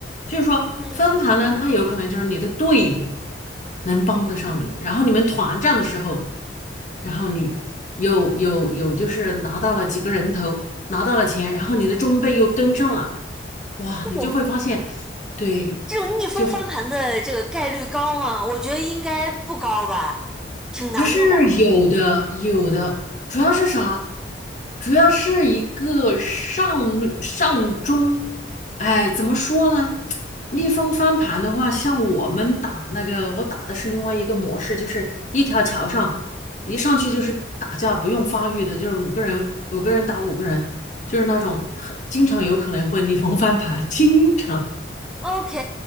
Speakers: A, on the left; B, in the centre.
A: 就是说翻盘呢，
B: 嗯，
A: 他有可能就是你的队友能帮得上你，然后你们团战的时候，然后你有有有就是拿到了几个人头，拿到了钱，然后你的装备又跟上了，哇，
B: 这种
A: 你就会发现，对，
B: 这种逆风翻盘的这个概率高吗？
A: 就很。
B: 我觉得应该不高吧，挺难的吧。
A: 还是有的，有的，主要是啥？主要是一个上上中，哎，怎么说呢？逆风翻盘的话，像我们打那个，我打的是另外一个模式，就是一条桥上，一上去就是打架，不用发育的，就是五个人，五个人打五个人，就是那种很经常有可能会逆风翻盘，经常
B: OK，